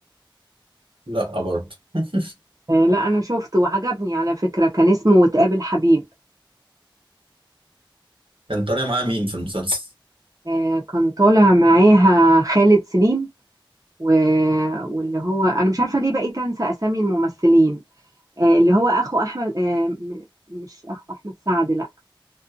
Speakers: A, on the right; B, on the right.
A: لا برضه <laughs>
B: آه لا انا شفته وعجبني على فكره كان اسمه وتقابل حبيب
A: كان طالع معاه مين في المسلسل
B: آه كان طالع معاها خالد سليم و... واللي هو انا مش عارفه ليه بقيت انسى اسامي الممثلين آه اللي هو اخو احمد آه م- مش اخو احمد سعد لا